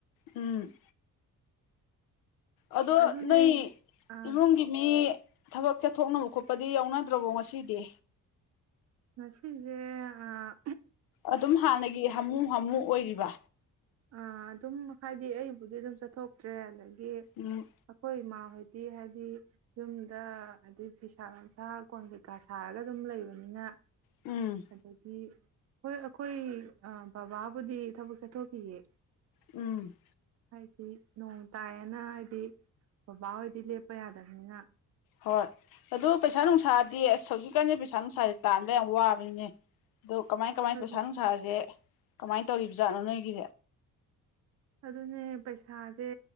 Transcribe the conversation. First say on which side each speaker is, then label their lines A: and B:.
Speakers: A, on the left; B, on the right.
A: ꯎꯝ ꯑꯗꯣ
B: ꯑꯗꯨꯅꯦ
A: ꯅꯣꯏ
B: ꯑꯥ
A: ꯏꯃꯨꯡꯒꯤ ꯃꯤ ꯊꯕꯛ ꯆꯠꯊꯣꯛꯅꯕ ꯈꯣꯠꯄꯗꯤ ꯌꯥꯎꯅꯗ꯭ꯔꯕꯣ ꯉꯁꯤꯗꯤ
B: ꯃꯁꯤꯁꯤꯁꯦ ꯑ
A: ꯑꯗꯨꯝ ꯍꯥꯟꯅꯒꯤ ꯍꯥꯃꯨ ꯍꯥꯃꯨ ꯑꯣꯏꯔꯤꯕ
B: ꯑꯥ ꯑꯗꯨꯝ ꯍꯥꯏꯗꯤ ꯑꯩꯕꯨꯗꯤ ꯑꯗꯨꯝ ꯆꯠꯊꯣꯛꯇ꯭ꯔꯦ ꯑꯗꯨ ꯑꯩꯈꯣꯏ
A: ꯎꯝ
B: ꯏꯃꯥ ꯍꯣꯏ ꯄꯤ ꯍꯥꯏꯗꯤ ꯌꯨꯝꯗ ꯍꯥꯏꯗꯤ ꯐꯤꯁꯥ ꯂꯣꯟꯁꯥ ꯀꯣꯟ ꯀꯩꯀꯥ ꯁꯥꯔꯒ ꯑꯗꯨꯝ ꯂꯩꯕꯅꯤꯅ
A: ꯎꯝ
B: ꯑꯗꯗꯒꯤ ꯍꯣꯏ ꯑꯩꯈꯣꯏ ꯕꯕꯥꯕꯨꯗꯤ ꯊꯕꯛ ꯆꯠꯊꯣꯛ ꯍꯌꯦ
A: ꯎꯝ
B: ꯍꯥꯏꯗꯤ ꯅꯣꯡ ꯇꯥꯏꯌꯦꯅ ꯍꯥꯏꯗꯤ ꯕꯕꯥꯍꯣꯏꯗꯤ ꯂꯦꯞꯄ ꯌꯥꯗꯕꯅꯤꯅ
A: ꯍꯣꯏ ꯑꯗꯨ ꯄꯩꯁꯥ ꯅꯨꯡꯁꯥꯗꯤ ꯑꯁ ꯍꯧꯖꯤꯛꯀꯥꯟꯗꯤ ꯄꯩꯁꯥ ꯅꯨꯡꯁꯥꯥꯁ ꯇꯥꯟꯕ ꯌꯥꯝ ꯋꯥꯕꯅꯤꯅꯦ ꯑꯗꯣ ꯀꯃꯥꯏ
B: ꯑꯁ
A: ꯀꯃꯥꯏ
B: ꯍꯧꯖꯤꯛ
A: ꯄꯩꯁꯥ ꯅꯨꯡꯁꯥꯁꯦ ꯀꯃꯥꯏꯅ ꯇꯧꯔꯤꯕ ꯖꯥꯠꯅꯣ ꯅꯣꯏꯒꯤ
B: ꯑꯗꯨꯅꯦ ꯄꯩꯁꯥꯁꯦ